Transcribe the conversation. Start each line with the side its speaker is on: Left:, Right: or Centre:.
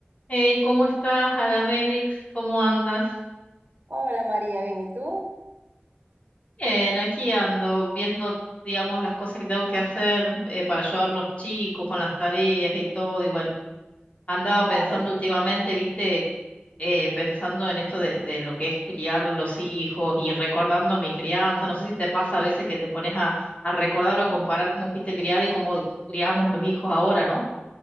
Left: Hey, ¿cómo estás, Adamelix? ¿Cómo andas?
Right: Hola María, bien, ¿y tú?
Left: Bien, aquí ando viendo, digamos, las cosas que tengo que hacer eh, para ayudar a los chicos con las tareas y todo. Y bueno, andaba pensando
Right: Ay,
Left: últimamente,
Right: eh,
Left: viste, eh, pensando en esto de, de lo que es criar a los hijos y recordando mi crianza. No sé si te pasa a veces que te pones a, a recordar o comparar cómo fuiste criada y cómo criamos los hijos ahora, ¿no?